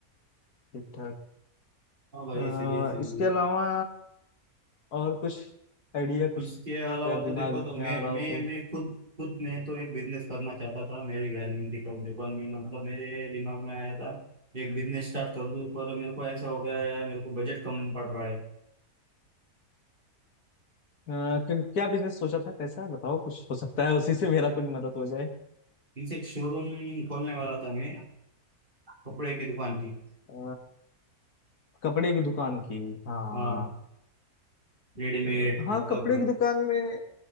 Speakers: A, on the left (about 80°); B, on the right (about 30°).
A: ठीक ठाक
B: हाँ भाई
A: अ,
B: सही है सही
A: इसके
B: है
A: अलावा और कुछ आइडिया कुछ
B: उसके अलावा
A: अगर दिमाग
B: तो देखो तो मैं
A: में आ रहा
B: मैं
A: हो तो
B: मैं खुद खुद मैं तो एक बिजनेस करना चाहता था मेरे ख्याल में दिखा दुकान में मतलब मेरे दिमाग में आया था एक बिजनेस स्टार्ट कर दूं पर मेरे को ऐसा हो गया यार मेरे को बजट कम पड़ रहा है
A: अ, क- क्या बिजनेस सोचा था कैसा बताओ कुछ हो सकता है उसी से मेरा कुछ मदद हो जाए
B: इनसे एक शोरूम खोलने वाला था मैं कपड़े की दुकान की
A: अ, कपड़े की दुकान की हाँ
B: हाँ रेडीमेड
A: तो- हाँ
B: मतलब
A: कपड़े की दुकान में